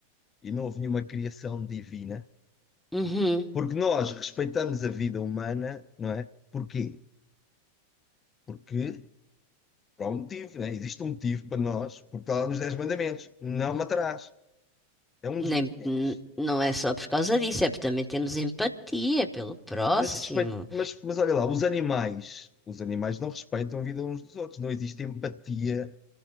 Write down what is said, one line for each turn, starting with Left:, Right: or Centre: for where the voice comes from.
Left: e não houve nenhuma criação divina,
Centre: Uhum.
Left: porque nós respeitamos a vida humana, não é? Porquê? Porque, por um motivo, não é? Existe um motivo para nós, porque está lá nos 10 mandamentos, não matarás. É um
Centre: Nem,
Left: dos mandamentos.
Centre: n- não é só por causa disso, é porque também temos empatia pelo próximo.
Left: Mas, respeito, mas, mas olha lá, os animais, os animais não respeitam a vida uns dos outros, não existe empatia